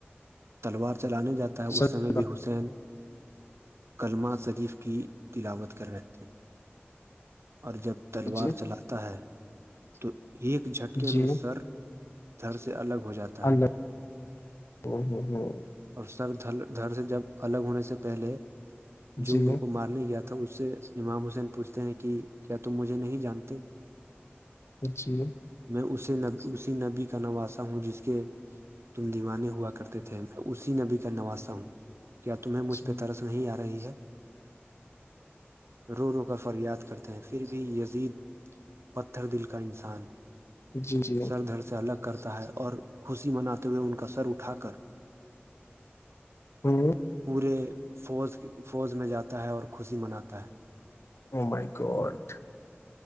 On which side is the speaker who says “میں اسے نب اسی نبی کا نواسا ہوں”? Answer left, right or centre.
Right